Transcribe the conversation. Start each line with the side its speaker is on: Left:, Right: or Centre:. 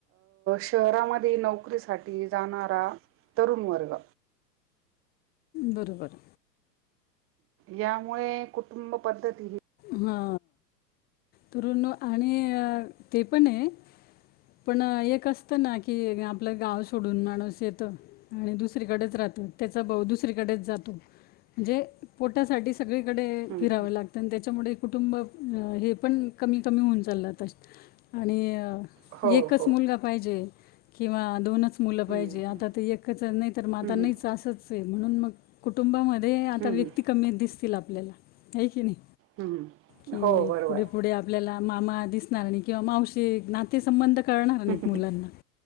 Right: शहरामध्ये नोकरीसाठी जाणारा तरुण वर्ग.
Left: बरोबर
Right: यामुळे कुटुंब पद्धती ह
Left: हा तरुण आणि ते पण आहे पण एक असतं ना की आपलं गाव सोडून माणूस येतं. आणि दुसरीकडेच राहतो त्याचा भाऊ दुसरीकडेच जातो म्हणजे पोटासाठीच. सगळीकडे
Right: हं,
Left: फिरावं
Right: हं.
Left: लागत. प त्याच्यामुळे कुटुंब हे पण कमी कमी होऊन चाललं त आणि.
Right: हो,
Left: एकच
Right: हो.
Left: मुलगा पाहिजे किंवा दोनच. मुलं
Right: हं,
Left: पाहिजे
Right: हं.
Left: आता एकच नाही तर मग आता
Right: हं, हं.
Left: नाहीच असच आहे म्हणून मग कुटुंबामध्ये. रे आता
Right: हं,
Left: व्यक्ती
Right: हं.
Left: कमीत दिसतील आपल्याला हे की नाही.
Right: हं, हं.
Left: कि
Right: हो, बरोबर.
Left: पुढे पुढे आपल्याला मामा दिसणार आणि किंवा मावशी नातेसंबंध. कळणार नाहीत
Right: हं, हं.
Left: मुलांना